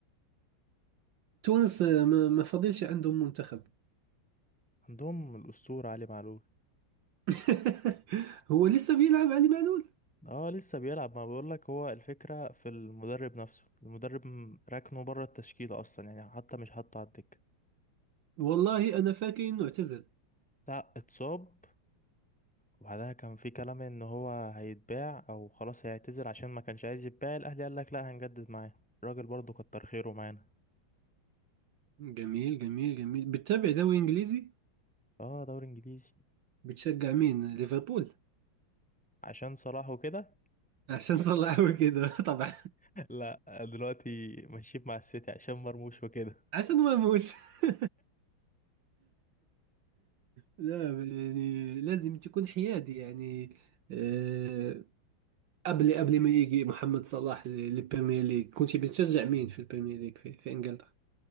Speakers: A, on the right; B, in the centre.
A: تونس آه، ما ما فضلش عندهم منتخب
B: عندهم الاسطوره علي معلول
A: <laughs> هو لسه بيلعب علي معلول
B: اه لسه بيلعب ما بقولك هو الفكره في المدرب نفسه المدرب م- ركنه بره التشكيله اصلا يعني حتى مش حاطه على الدكه
A: والله انا فاكر انه اعتزل
B: لا اتصاب وبعدها كان في كلام ان هو هيتباع او خلاص هيعتزل عشان ما كانش عايز يتباع الاهلي قال لك لا هنجدد معاه الراجل برضه كتر خيره معانا
A: جميل جميل جميل بتتابع دوري انجليزي
B: اه دوري انجليزي
A: بتشجع مين ليفربول
B: عشان صلاح وكده
A: عشان صلحوا كده <laughs> طبعا
B: <laughs> لا دلوقتي ماشيين مع السيتي عشان مرموش وكده
A: عشان ما موش <laughs> لا يعني لازم تكون حيادي يعني آه، قبل قبل ما يجي محمد صلاح ل- للبريمير ليج كنتي بتشجع مين في البريمير ليج في, في انجلترا